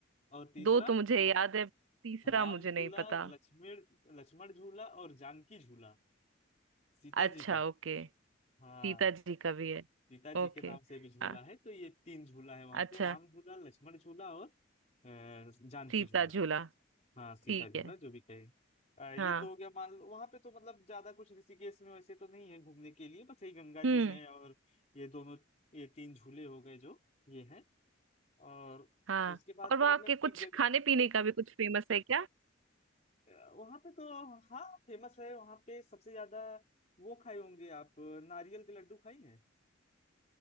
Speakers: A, on the left; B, on the right.
A: और तीसरा
B: दो तो मुझे याद है तीसरा
A: राम
B: मुझे
A: झूला
B: नहीं पता
A: लक्ष्मण लक्ष्मण झूला और जानकी झूला सीता
B: अच्छा
A: जी का
B: ओके
A: हाँ
B: सीता जी का भी है
A: सीता जी
B: ओके
A: के नाम से भी झूला
B: आ,
A: है तो ये तीन झूला है वहां
B: अच्छा
A: पे राम झूला लक्ष्मण झूला और अ, जानकी
B: सीता
A: झूला
B: झूला
A: हाँ सीता
B: ठीक
A: झूला
B: है
A: जो भी कहे अ,
B: हाँ
A: ये तो हो गया मान लो वहां पे तो मतलब ज्यादा कुछ ऋषिकेश में वैसे तो नहीं है घूमने के लिए बस यही गंगा जी
B: हम्म
A: हैं और ये दोनों ये तीन झूले हो गए जो ये हैं और
B: हाँ
A: इसके बाद
B: और वहाँ
A: तो मतलब
B: के कुछ
A: एक जगह
B: खाने पीने का भी कुछ फेमस है क्या
A: वहां पे तो हाँ फेमस है वहां पे सबसे ज्यादा वो खाए होंगे आप नारियल के लड्डू खाई हैं